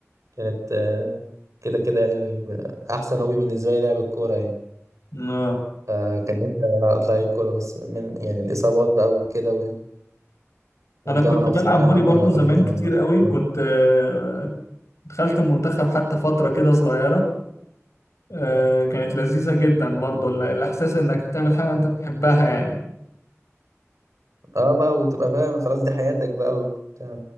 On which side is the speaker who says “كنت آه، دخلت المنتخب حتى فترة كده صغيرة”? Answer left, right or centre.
Left